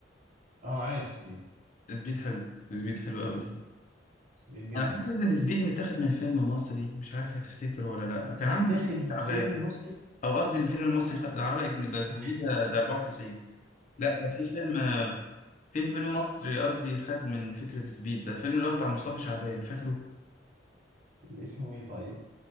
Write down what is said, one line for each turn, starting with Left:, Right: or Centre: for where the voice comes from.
Right: اه عارف زبيب
Left: سبيد حلو سبيد حلو قوي
Right: مم. زبيب جامد
Left: أنا حاسس إن سبيد متاخد من فيلم مصري مش عارف هتفتكره ولا لأ كان
Right: متاخد
Left: عامل مصطفى
Right: من
Left: شعبان
Right: فيلم مصري
Left: أو قصدي الفيلم المصري خ- ده على رأيك ده سبيد
Right: <laughs>
Left: ده ده 94 لأ ده في فيلم آه، في فيلم مصري قصدي خد من فكرة سبيد ده فيلم اللي هو بتاع مصطفى شعبان فاكره
Right: اللي اسمه ايه طيب